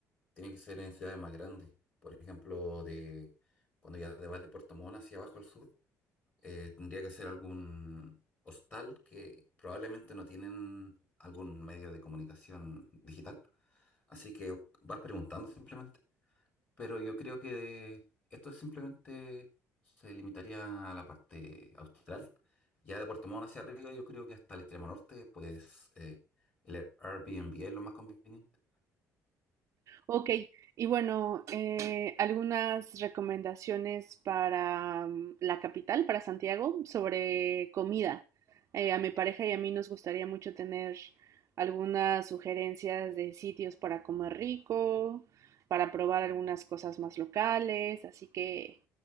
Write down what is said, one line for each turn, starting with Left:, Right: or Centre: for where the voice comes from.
Left: tiene que ser en ciudades más grandes. Por ejemplo, de cuando ya te vas de Puerto Montt hacia abajo al sur, eh, tendría que ser algún hostal que probablemente no tienen algún medio de comunicación digital. Así que vas preguntando simplemente. Pero yo creo que esto simplemente se limitaría a la parte austral. Ya de Puerto Montt hacia arriba, yo creo que hasta el extremo norte, pues eh, el Airbnb es lo más conveniente.
Right: Ok, y bueno, eh, algunas recomendaciones para mm, la capital, para Santiago, sobre comida. Eh, a mi pareja y a mí nos gustaría mucho tener algunas sugerencias de sitios para comer rico, para probar algunas cosas más locales, así que